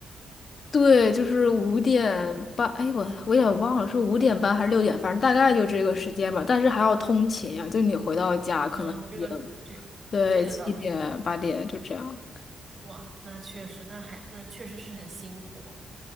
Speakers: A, on the left; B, on the right.
A: 对，就是五点半，哎，我我也忘了是五点半还是六点，反正大概就这个时间吧。但是还要通勤啊，就你回到家可能已经
B: 嗯，这个这这个倒是，
A: 对七点八点就这样。
B: 哇，那确实，那还那确实是很辛苦。